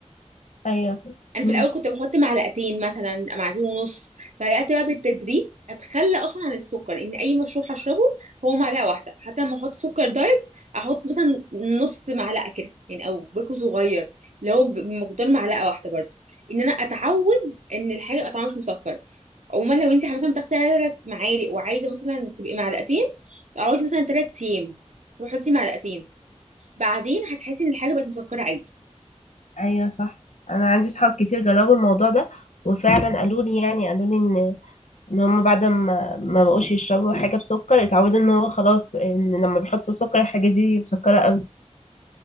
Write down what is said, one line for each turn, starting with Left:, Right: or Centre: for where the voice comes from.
Left: ايوه
Right: انا في
Left: امم
Right: الاول كنت بحط معلقتين مثلا معلقتين ونص بدات بقى بالتدريج اتخلى اصلا عن السكر ان اي مشروب هشربه هو معلقه واحده حتى لما احط سكر دايت احط مثلا نص معلقه كده يعني او بيكو صغير اللي هو ب- بمقدار معلقه واحده برضه ان انا اتعود ان الحاجه يبقى طعمها مش مسكر عموما لو انت مثلا بتاخدي ثلاث معالق وعايزه مثلا تبقي معلقتين اقعدي مثلا ثلاث ايام وحطي معلقتين بعدين هتحسي ان الحاجه بقت مسكره عادي
Left: ايوه صح انا عندي صحاب كتير جربوا الموضوع ده وفعلا قالوا لي يعني قالوا لي ان ان هم بعد ما ما بقوش يشربوا حاجه بسكر اتعودوا ان هو خلاص ان لما بيحطوا سكر الحاجه دي مسكره قوي